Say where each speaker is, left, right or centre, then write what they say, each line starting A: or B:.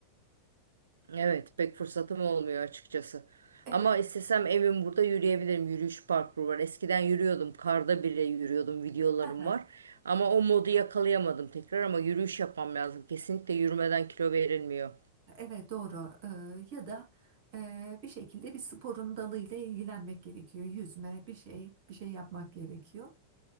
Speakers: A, on the right (about 70°); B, on the right (about 50°).
A: Evet, pek fırsatım olmuyor açıkçası.
B: Evet.
A: Ama istesem evim burada yürüyebilirim. Yürüyüş parkuru var. Eskiden yürüyordum. Karda bile yürüyordum. Videolarım
B: <laughs>
A: var. Ama o modu yakalayamadım tekrar ama yürüyüş yapmam lazım. Kesinlikle yürümeden kilo verilmiyor.
B: Evet doğru Ee, ya da e, bir şekilde bir sporun dalıyla ilgilenmek gerekiyor yüzme bir şey bir şey yapmak gerekiyor.